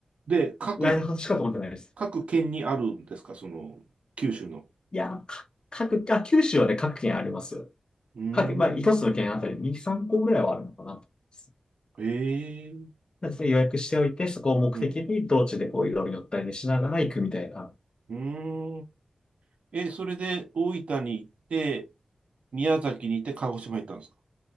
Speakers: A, on the right; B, on the left.
A: で、各、
B: ライダーハウスしか泊まってないです。
A: 各県にあるんですかその、九州の。
B: いや、か各、あ、九州はね、各県ありますよ。
A: うーん。
B: 各、まあ、一つの県あたり2、3個ぐらいはあるのかなと思います。
A: ええ
B: なので予約しておいて、そこを目的に道中でこういろいろ寄ったりねしながら行くみたいな。
A: うん。うーん。え、それで大分に行って、宮崎に行って鹿児島行ったんですか